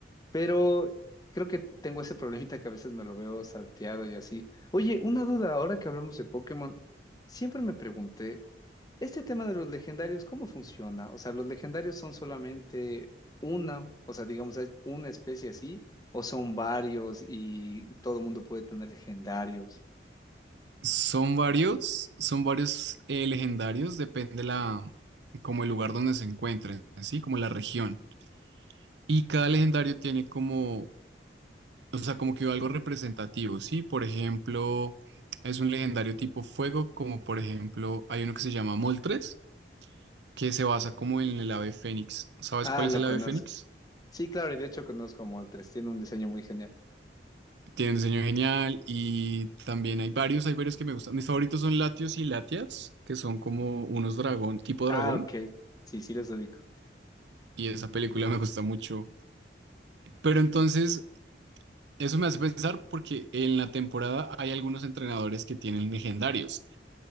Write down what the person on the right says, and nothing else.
Son varios, son varios eh, legendarios, depende la, como el lugar donde se encuentren, ¿sí? Como la región. Y cada legendario tiene como, o sea, como que algo representativo, ¿sí? Por ejemplo, es un legendario tipo fuego, como por ejemplo, hay uno que se llama Moltres, que se basa como en el ave fénix. ¿Sabes
cuál
es el
ave fénix?
Tiene un diseño genial y también hay varios, hay varios que me gustan. Mis favoritos son Latios y Latias, que son como unos dragón, tipo dragón.
y esa película me gusta mucho. Pero entonces, eso me hace pensar porque en la temporada hay algunos entrenadores que tienen legendarios,